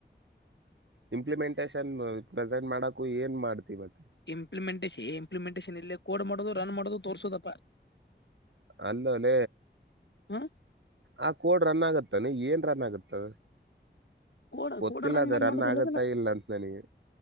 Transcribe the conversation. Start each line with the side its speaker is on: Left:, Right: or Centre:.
Right: Implementation present ಮಾಡಕು ಏನ್ ಮಾಡ್ತಿವತ್ತು
Left: ಇಂಪ್ಲಿಮೆಂಟೇಶನ್ ಏ ಇಂಪ್ಲಿಮೆಂಟೇಶನ್ ಇಲ್ಲೇ ಕೋಡ್ ಮಾಡೋದು ರನ್ ಮಾಡೋದು ತೋರ್ಸೋದಪ್ಪಾ
Right: ಅಲ್ಲಲ
Left: ಹಾ
Right: ಆ ಕೋಡ್ ರನ್ ಆಗತ್ತಾನ ಏನ್ ರನ್ ಆಗತ್ತದ
Left: ಕೋಡ್
Right: ಗೊತ್ತಿಲ್ಲ
Left: ಕೋಡ
Right: ಅದ
Left: ಮಾಡಿ
Right: ರನ್
Left: ಮಾಡೋದಿಲ್ಲ
Right: ಆಗತ್ತಾ
Left: ಅದನ್ನ
Right: ಇಲ್ಲ ಅಂತ ನನಗೆ